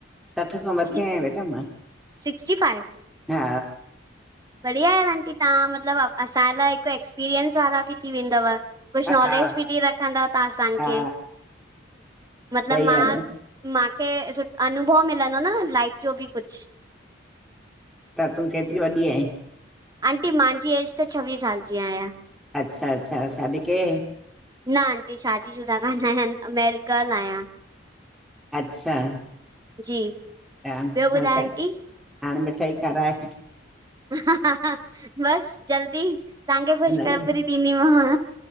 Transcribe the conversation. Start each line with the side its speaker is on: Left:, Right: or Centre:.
Centre: सठ खां मथे
Right: जी
Centre: आयां बेटा मां।
Right: सिक्सटी फाइव
Centre: हा,
Right: बढ़िया आहे यार आंटी तव्हां मतिलबु असांजे लाइ हिकु एक्सपीरियंस वारा बि थी वेंदव। कुझु नॉलेज
Centre: हा
Right: बि ॾेई रखंदव तव्हां असांखे,
Centre: हा
Right: मतलब
Centre: सही
Right: मां
Centre: आहे न
Right: मूंखे अनुभव मिलंदो न लाइफ जो बि कुझु
Centre: त तूं केतिरी वॾी आहीं?
Right: आंटी मुंहिंजी एज त छवीह साल जी आहियां।
Centre: अच्छा अच्छा शादी कयय?
Right: न आंटी शादी शुदा न आहिया अमेरिकल आहियां।
Centre: अच्छा
Right: जी
Centre: ह
Right: ॿियो ॿुधायो
Centre: अच्छा,
Right: आंटी?
Centre: हाणे मिठाई खाराइ
Right: ह हा बसि जल्दी तव्हांखे ख़ुश
Centre: न
Right: खबरी ॾींदीमांव।